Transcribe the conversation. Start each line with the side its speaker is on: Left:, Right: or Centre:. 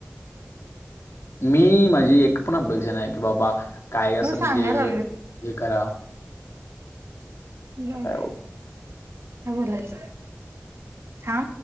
Left: मी माझी एक पण अपेक्षा नाही की बाबा, काय
Right: मग
Left: असं म्हणजे
Right: सांगायला
Left: हे करा.
Right: जाऊ
Left: काय
Right: द्या. ह बोलायचं हा,